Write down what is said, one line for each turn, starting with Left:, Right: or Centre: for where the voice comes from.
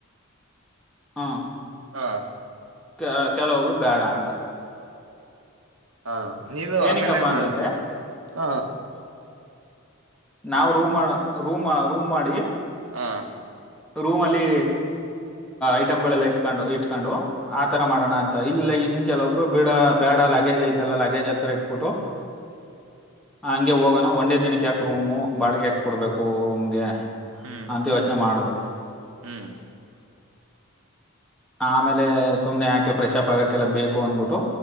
Centre: ಹಾ
Right: ಹಾ
Centre: ಕೆ ಕೆಲೊಬ್ರು ಬೇಡ ಅಂತ
Right: ಹಾ ನೀವು
Centre: ಏನಿಕಪ್ಪಾ
Right: ಆಮೇಲೆ ಏನ್
Centre: ಅಂತಂದ್ರೆ
Right: ಮಾಡುದು ಹ
Centre: ನಾವ್ ರೂಮ್ ಮಾಡ ರೂಮ್ ರೂಮ್ ಮಾಡಿ
Right: ಹ
Centre: ರೂಮ್ ಅಲ್ಲಿ ಐಟಮ್ಗಳೆಲ್ಲ ಇಟ್ಕೊಂಡು ಇಟ್ಕೊಂಡು ಆತರ ಮಾಡೋಣ ಅಂತ ಇಲ್ಲ ಇನ್ ಕೆಲೊಬ್ರು ಬಡ ಬೇಡ ಲಗೇಜ್ ಐತಲ್ಲ ಲಗೇಜ್ ಹತ್ರ ಇಟ್ಬಿಟ್ಟು ಹಂಗೆ ಹೋಗೋಣ ಒಂದೇ ದಿನಕ್ಕೆ ಯಾಕ ರೂಮು ಬಾಡಿಗೆ ಯಾಕ ಕೊಡ್ಬೇಕು ರೂಮ್ಗೆ
Right: ಹ್ಮ್
Centre: ಅಂತ ಯೋಚನೆ ಮಾಡಿದ್ರು
Right: ಹ್ಮ್
Centre: ಆಮೇಲೆ ಸುಮ್ನೆ ಯಾಕೆ ಫ್ರೆಶ್ ಅಪ್ ಆಗಕ್ಕೆಲ್ಲ ಬೇಕು ಅನ್ಬಿಟ್ಟು